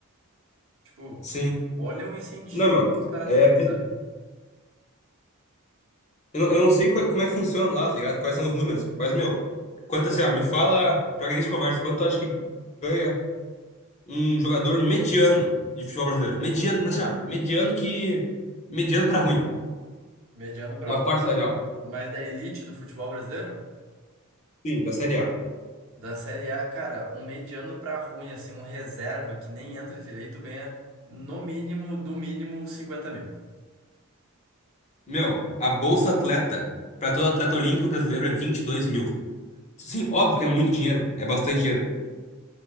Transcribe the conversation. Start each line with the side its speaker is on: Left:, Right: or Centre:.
Right: Tipo,
Left: Sim.
Right: olha o incentivo
Left: Não, meu.
Right: que os caras
Left: É
Right: têm, sabe?
Left: Eu não, eu não sei qual- como é que funciona lá, tá ligado? Quais são os números. Mas, meu, quanto assim, ó, me fala, pra que a gente conversa, quanto tu acha que ganha um jogador mediano de futebol brasileiro? Mediano, assim, ó, mediano que. Mediano pra ruim.
Right: Mediano pra
Left: Uma
Right: rua,
Left: parte
Right: mas,
Left: salarial.
Right: mas da elite do futebol brasileiro?
Left: Sim, da Série A.
Right: Da Série A, cara, um mediano pra ruim, assim, um reserva que nem entra direito ganha no mínimo, do mínimo, 50 mil.
Left: Meu, a bolsa atleta pra todo atleta olímpico brasileiro é 22 mil. Sim, óbvio que é muito dinheiro, é bastante dinheiro.